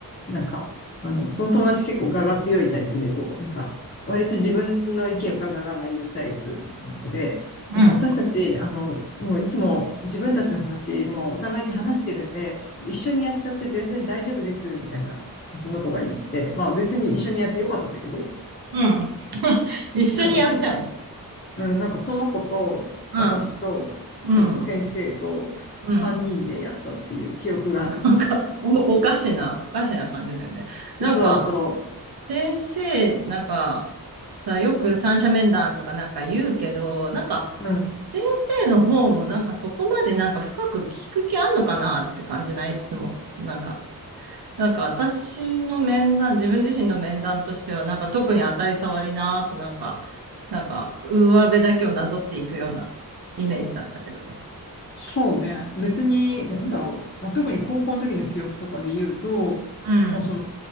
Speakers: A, on the left; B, on the right.
A: なんか、あの、その友達結構我が強いタイプで、こう、なんか、割と自分の意見をガンガンガンガン言うタイプの子で、
B: うん、
A: なんか私たち、あの、もういつも自分たちの話、もうお互いに話してるんで、一緒にやっちゃって全然大丈夫です、みたいな、その子が言って、まあ別に一緒にやってよかったんだけど、
B: うん。一緒にやっちゃうね。
A: なんか結うん、なんかその子と、
B: うん、
A: 私と、
B: うん、
A: あの、先生と3人でやったっていう記憶がある。
B: うん。なんか、お、おかしな、おかしな感じだよね。なんか、
A: そうそう。
B: 先生、なんか、さ、よく三者面談とかなんか言うけど、なんか、
A: うん。
B: 先生の方もなんかそこまでなんか深く聞く気あんのかなって感じないいつも。なんか、なんか私の面談、自分自身の面談としてはなんか特に当たり障りなくなんか、なんか上辺だけをなぞっていくようなイメージだったけど。
A: そうね。別に、なんだろう。まあ、特に高校の時の記憶とかで言うと、
B: うん。うん
A: もうその、